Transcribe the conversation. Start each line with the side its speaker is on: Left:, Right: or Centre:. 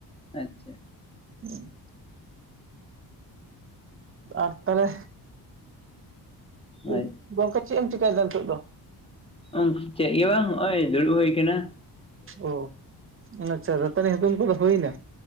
Left: ᱟᱪᱪᱷᱟ
Right: ᱦᱩᱸ ᱟᱨ ᱛᱟᱦᱞᱮ
Left: ᱦᱳᱭ
Right: ᱩᱸᱜ ᱜᱚᱝᱠᱮ ᱪᱮᱜ ᱮᱢ ᱪᱤᱠᱟᱭᱫᱟ ᱱᱤᱛᱚᱜ ᱫᱚ?
Left: ᱚᱝ ᱪᱮᱜ ᱜᱮ ᱵᱟᱝ ᱦᱚᱸᱜᱼᱚᱭ ᱫᱩᱲᱩᱵ ᱦᱩᱭ ᱠᱟᱱᱟ᱾
Right: ᱚ ᱟᱪᱪᱷᱟ ᱫᱟᱹᱛᱟᱹᱱᱤ ᱦᱩᱛᱩᱢ ᱠᱩᱫᱚ ᱦᱩᱭᱱᱟ?